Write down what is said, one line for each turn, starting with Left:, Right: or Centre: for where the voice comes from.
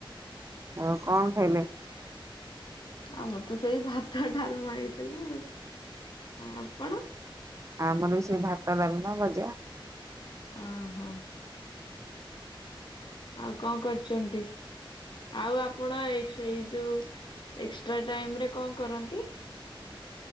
Right: ଆଉ କଣ ଖାଇଲେ?
Left: ଆମର ତ ସେଇ ଭାତ ଡାଲମା ହେଇଥିଲା ଆଉ। ଆପଣ?
Right: ଆମର ବି ସେ ଭାତ, ଡାଲମା, ଭଜା।
Left: ଅ ହଁ ଆଉ କଁ କରୁଚନ୍ତି? ଆଉ ଆପଣ ଏଇ ଯୋଉ ଏକ୍ସଟ୍ରା ଟାଇମରେ କଂ କରନ୍ତି?